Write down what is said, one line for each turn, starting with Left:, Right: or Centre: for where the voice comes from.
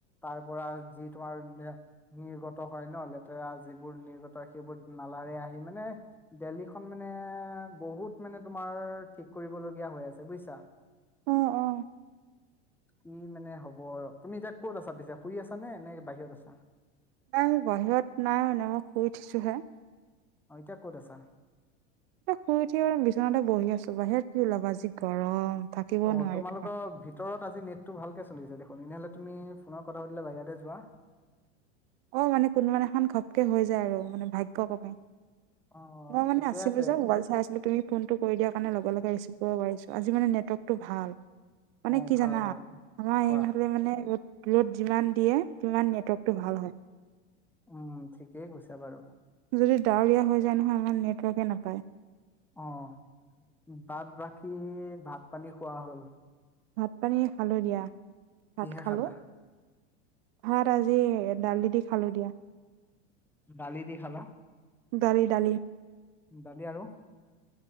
Centre: তাৰ পৰা যি তোমাৰ নিৰ্গত ত হয় ন লেতেৰা যিবোৰ নিৰ্গত সেইবোৰ নালাৰে আহি মানে দেল্হীখন মানে বহুত মানে তোমাৰ ঠিক কৰিবলগীয়া হৈ আছে বুজিছা।
Right: অঁ অঁ।
Centre: কি মানে হ'ব তুমি এতিয়া ক'ত আছা, পিছে ফুৰি আছা নে নে বাহিৰত আছা?
Right: নাই বাহিৰত নাই মানে মই শুই উঠি।
Centre: অঁ এতিয়া ক'ত আছা?
Right: শুই উঠিব আৰু বিচনাতে বহি আছো, বাহিৰত কি ওলাব যি গৰম। থাকিব
Centre: অ
Right: নোৱাৰি
Centre: তোমালোকৰ ভি তৰত আজি নেটটো ভালকে চলি দেখোন, এনেহ'লে তুমি ফোনৰ কথা পাতিলে বাহিৰতে যোৱা।
Right: অঁ, মানে কোনোবা দিনাখন ঘপকে হৈ যায় আৰু মানে ভাগ্য কমে।
Centre: অ',
Right: মই মানে
Centre: ঠিকে
Right: আছিলো
Centre: আছে
Right: যে মোবাইল চাই আছিলো, তুমি ফোনটো কৰি দিয়াৰ কাৰণে লগে ৰিচিভ কৰিব পাৰিছো, আজি মানে নেটৱৰ্কটো ভাল। মানে
Centre: অ',
Right: কি
Centre: ভাল
Right: জানা
Centre: ভাল।
Right: আমাৰ
Centre: কোৱা
Right: এই ফালে মানে ৰ'দ ৰ'দ যিমান দিয়ে সিমান নেট ৱৰ্কটো ভাল হয়।
Centre: উম ঠিকেই কৈছো বাৰু।
Right: যদি ডাৱৰীয়া হৈ যায় নহয় আমাৰ নেটৱৰ্কে নাপায়।
Centre: অঁ, বাট বাকী ভাত পানী খোৱা হ'ল।
Right: অঁ, ভাত পানী খালো দিয়া, ভাত
Centre: কিহে
Right: খালো।
Centre: খালা?
Right: ভাত আজি দালি দি খালো দিয়া।
Centre: ডালি দি খালা।
Right: দালি দালি।
Centre: দালি আৰু